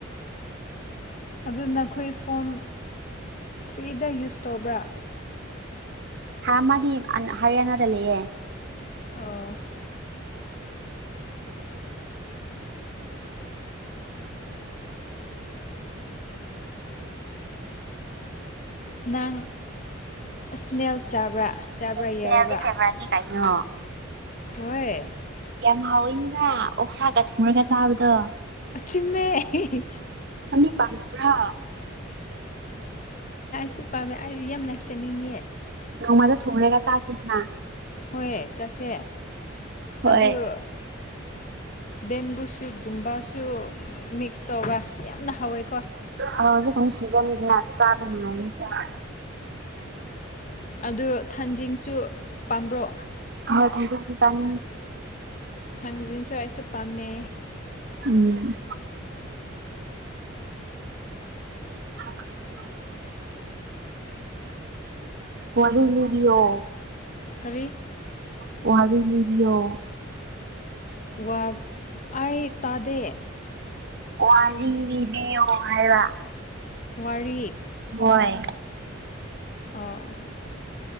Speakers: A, on the left; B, on the right.
A: ꯑꯗꯨ ꯅꯈꯣꯏ ꯐꯣꯟ ꯐ꯭ꯔꯤꯗ ꯌꯨꯁ ꯇꯧꯕ꯭ꯔꯥ
B: ꯍ ꯃꯥꯅꯤ ꯍꯔꯌꯥꯅꯗ ꯂꯩꯌꯦꯦ
A: ꯑꯣ ꯅꯪ ꯏꯁꯅꯦꯜ ꯆꯥꯕ꯭ꯔꯥ ꯆꯥꯕ꯭ꯔꯥ
B: ꯁꯤꯅꯦꯜꯗꯤ
A: ꯌꯥꯔꯕ
B: ꯐꯦꯚꯣꯔꯥꯏꯠꯅꯤ ꯀꯩꯅꯣ
A: ꯍꯣꯏ
B: ꯌꯥꯝ ꯍꯥꯎꯋꯤꯅꯤꯅ ꯑꯣꯛꯁꯥꯛꯒ ꯊꯨꯡꯔꯒ ꯆꯥꯕꯗꯣ
A: ꯆꯃꯦ
B: ꯑꯅꯤ ꯄꯥꯗꯕ꯭ꯔ
A: ꯁꯨ ꯄꯥꯝꯃꯦ ꯑꯩꯗꯤ ꯌꯥꯝ ꯅꯛꯆꯅꯤꯡꯉꯌꯦ
B: ꯅꯣꯡꯃꯗ ꯊꯣꯡꯔꯦꯒ ꯆ ꯑꯠꯅꯥ
A: ꯍꯣꯏꯑ ꯆꯁꯦ
B: ꯍꯣꯏ
A: ꯑꯗꯨꯗ ꯕꯦꯝꯕꯨ ꯁꯨꯠꯀꯨꯝꯕꯁꯨ ꯃꯤꯛꯁ ꯇꯧꯒ ꯌꯥꯝꯅ ꯍꯥꯎꯋꯦꯀꯣ
B: ꯑ ꯍꯧꯖꯤꯦ ꯀꯅꯤ ꯁꯤꯖꯟ ꯏꯗꯅ ꯆꯥꯕꯤꯅꯅꯨꯡꯉ
A: ꯑꯗꯨ ꯊꯟꯖꯤꯟꯁꯨ ꯄꯥꯝꯕ꯭ꯔꯣ
B: ꯍꯣꯏ ꯊꯁꯁꯨ ꯆꯥꯡ
A: ꯄꯖꯤꯟꯁꯨ ꯑꯩꯁꯨ ꯄꯥꯝꯃꯦ
B: ꯎꯝ <inaudible> ꯄꯂꯤ ꯂꯤꯣ
A: ꯀꯔꯤ
B: ꯄꯍꯕꯤ ꯂꯤꯕꯤꯌ
A: ꯋꯥ ꯑꯩ ꯇꯥꯗꯦ
B: ꯋꯥꯔꯤ ꯂꯤꯕꯤꯌꯣ ꯍꯥꯏꯔ
A: ꯃꯔꯤ
B: ꯍꯣꯏ
A: ꯑꯣ